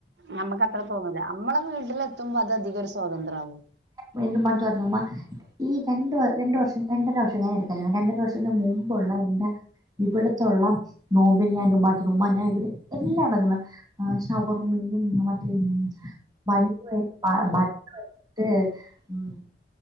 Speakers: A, on the right; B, on the right.
A: നമ്മക്ക് അത്ര തോന്നൂല നമ്മളെ വീട്ടിലെത്തുമ്പോ അത് അധികം ഒരു സ്വാതന്ത്ര്യം ആവും.
B: വീണ്ടും പണ്ട് പറഞ്ഞമ്മ ഈ രണ്ട് വ രണ്ടു വർഷം രണ്ടര വർഷം കഴിഞ്ഞൻറ് കല്യാണം രണ്ടര വർഷത്തിന് മുമ്പുള്ള എന്റെ ഇവിടത്തുള്ള നോമ്പെല്ലാം എന്റെ ഉമ്മാടുത്തുന്നു. ഉമ്മാ ഞാൻ ഇവിടെ എല്ലാം ഉണ്ടാക്കുന്നാ ആ ഷവർമ്മയും മന്തിയും ബൺ വച്ച് ബട്ടർ വച്ചിട്ട് ഉം